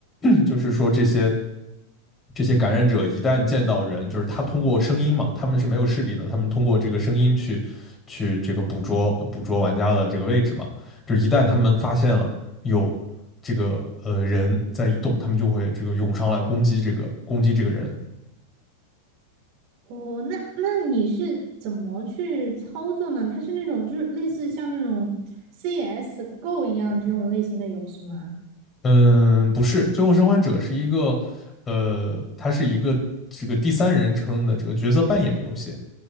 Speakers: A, on the left; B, on the right.
A: 就是说这些这些感染者一旦见到人，就是他通过声音嘛，他们是没有视力的，他们通过这个声音去去这个捕捉捕捉玩家的这个位置嘛，就是一旦他们发现了有这个呃人在移动，他们就会这个涌上来攻击这个攻击这个人。
B: 哦，那那你是怎么去操作呢？他是那种就是类似像那种 CS:GO 一样这种类型的游戏吗？
A: 嗯，不是，《最后生还者》是一个呃，它是一个这个第三人称的这个角色扮演游戏，